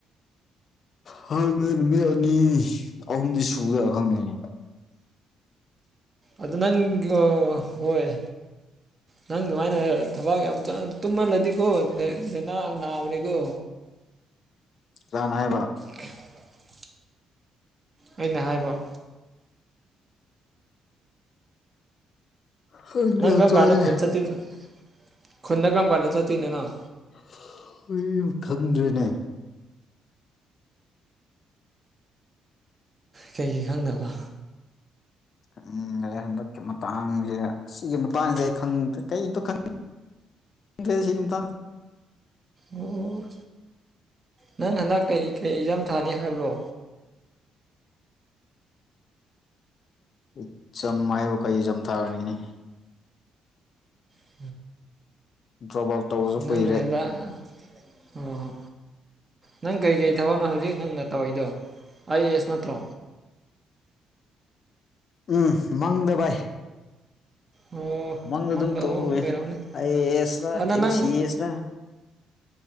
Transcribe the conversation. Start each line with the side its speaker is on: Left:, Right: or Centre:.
Left: ꯈꯪꯗꯦ ꯅꯨꯃꯤꯠ ꯑꯅꯤ ꯑꯍꯨꯝꯗꯤ ꯁꯨꯖꯥꯂꯥ ꯈꯪꯗꯦꯅꯦ
Right: ꯑꯗꯨ ꯅꯪꯒ꯭ꯂꯣ ꯍꯣꯏ ꯅꯪ ꯑꯗꯨꯃꯥꯏꯅ ꯊꯕꯥꯛ ꯌꯥꯝ ꯇꯝ ꯇꯨꯝꯃꯜꯂꯗꯤꯀꯣ ꯂꯩꯅꯥ ꯅꯥꯕꯅꯤꯒꯣ
Left: ꯀꯅꯥꯅ ꯍꯥꯏꯕ
Right: <unintelligible> ꯑꯩꯅ ꯍꯥꯏꯕ
Left: ꯈꯪꯗꯦ
Right: ꯅꯪ ꯀꯔꯝ
Left: ꯍꯛꯆꯥꯡꯖꯦ
Right: <unintelligible> ꯈꯨꯟꯗ ꯀꯔꯝ ꯀꯥꯟꯗ ꯆꯠꯇꯣꯏꯅꯣ ꯅꯪ
Left: <unintelligible> ꯈꯪꯗ꯭ꯔꯦꯅꯦ
Right: ꯀꯩꯒꯤ ꯈꯪꯗꯕ
Left: ꯈꯪꯗꯔꯦ ꯍꯟꯗꯛꯀꯤ ꯃꯇꯥꯡꯖꯦ ꯁꯤꯒꯤ ꯃꯇꯥꯡꯖꯦ ꯈꯪꯗ꯭ꯔꯦ ꯀꯔꯤꯝꯇ ꯈꯟꯗ꯭ꯔꯦ ꯁꯤ ꯃꯇꯥꯡꯖꯦ
Right: ꯑꯣ ꯅꯪ ꯍꯟꯗꯛ ꯀꯩ ꯀꯔꯤ ꯑꯦꯛꯖꯥꯝ ꯊꯥꯅꯤ ꯍꯥꯏꯕ꯭ꯔꯣ
Left: ꯑꯦꯛꯖꯥꯝ ꯍꯥꯏꯕꯨ ꯀꯩ ꯑꯦꯖꯥꯝ ꯊꯥꯔꯨꯅꯤꯒꯤꯅꯤ
Right: <unintelligible>
Left: ꯗ꯭ꯔꯣꯞ ꯑꯥꯎꯠ ꯇꯧꯕꯁꯨ
Right: ꯑꯣ
Left: ꯀꯨꯏꯔꯦ
Right: ꯍꯣ ꯅꯪ ꯀꯔꯤ ꯀꯩ ꯊꯕꯛꯅꯣ ꯍꯧꯖꯤꯛ ꯅꯪꯅ ꯇꯧꯔꯤꯗꯣ ꯑꯥꯏ ꯑꯦꯁ ꯅꯠꯇ꯭ꯔꯣ
Left: ꯎꯝ ꯃꯪꯗ ꯚꯥꯏ
Right: ꯑꯣ
Left: ꯃꯪꯗ ꯑꯗꯨꯝ ꯇꯧꯋꯦ
Right: ꯑꯣ ꯑꯣꯏꯔꯝꯅꯤ
Left: ꯑꯥꯏ ꯑꯦ ꯑꯦꯁ ꯔꯥ
Right: ꯑꯗꯨꯅ
Left: ꯑꯦꯝ
Right: ꯅꯪ
Left: ꯁꯤ ꯑꯦꯁ ꯔꯥ